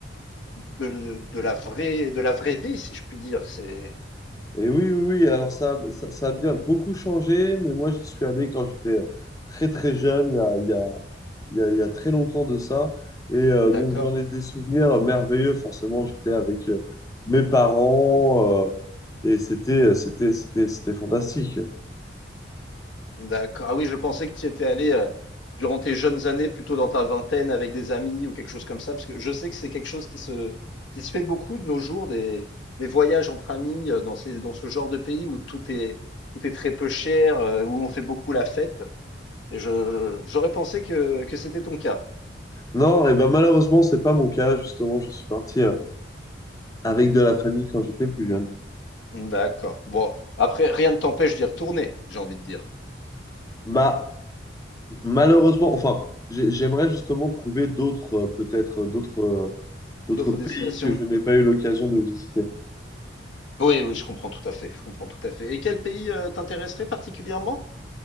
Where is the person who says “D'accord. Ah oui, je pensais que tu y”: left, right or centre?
Left